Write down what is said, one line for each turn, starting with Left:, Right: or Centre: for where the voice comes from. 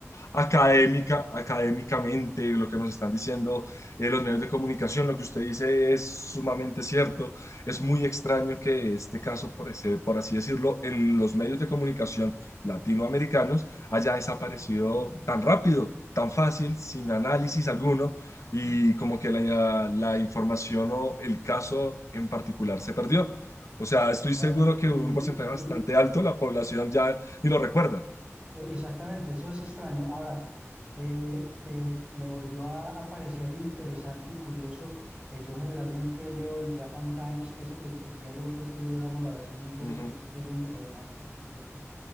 Left: académica, académicamente, lo que nos están diciendo eh, los medios de comunicación, lo que usted dice es sumamente cierto. Es muy extraño que este caso, por, ese- por así decirlo, en los medios de comunicación latinoamericanos haya desaparecido tan rápido, tan fácil, sin análisis alguno, y como que la, la información o el caso en particular se perdió. O sea, estoy
Right: Bueno,
Left: seguro que
Right: y,
Left: un porcentaje
Right: y,
Left: bastante alto la población ya ni lo recuerda.
Right: eh, exactamente, eso es extraño. Ahora, eh, eh, me volvió a, a parecer interesante y curioso. Eh, yo generalmente leo el Japan Times, que es el, el diario, pues digamos, la versión inglesa
Left: Ujú.
Right: que ellos tienen eh, más prestigiosa.